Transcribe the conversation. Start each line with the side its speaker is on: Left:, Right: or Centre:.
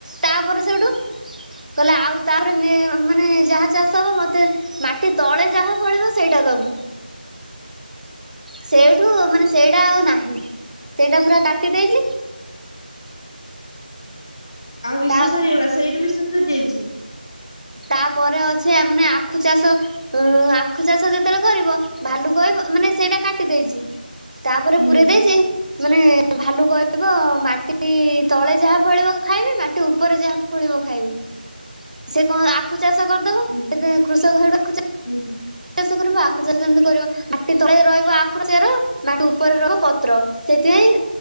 Right: ତାପରେ ସେଇଠୁ କହିଲା ଆଉ ତାପରେ ମେ ମାନେ ଯାହା ଚାଷ ହବ ମତେ ମାଟି ତଳେ ଯାହା ପଳିବ ସେଇଟା ଦବୁ। ସେଇଠୁ ମାନେ ସେଇଟା ଆଉ ନାହିଁ ସେଇଟା ପୁରା କାଟି ଦେଇଛି।
Left: ଆଉ ବିଶ୍ୱଵସରିଗଲା
Right: ତା
Left: ସେଇଠୁ ବିଶ୍ଵ ସରି ଯାଇଛି।
Right: ତାପରେ ଅଛି ଆମାନେ ଆଖୁ ଚାଷ। ଉଁ ଆଖୁ ଚାଷ ଯେତେବେଳେ କରିବ ଭାଲୁ କହ ମାନେ ସେଇଟା କାଟି ଦେଇଛି। ତା ପରେ
Left: ହୁଁ
Right: ପୁରେଇ ଦେଇଛି। ମାନେ ଭାଲୁ କହିବ ମାଟି ତଳେ ଯାହା ଫଳିବ ଖାଇବି ମାଟି ଉପରେ ଯାହା ଫଳିବ ଖାଇବି। ସେ କଣ ଆଖୁ ଚାଷ କରିଦବ
Left: ହୁଁ
Right: ଯେ କୃଷକ ସେଠୁ
Left: ହୁଁ।
Right: ଚାଷ କରିବ, ଆଖୁ ଚାଷ ଯେମିତି କରିବ ମାଟି ତଳେ ରହିବ ଆଖୁର ଚେର। ମାଟି ଉପରେ ରହିବ ପତ୍ର। ସେଇଥିପାଇଁ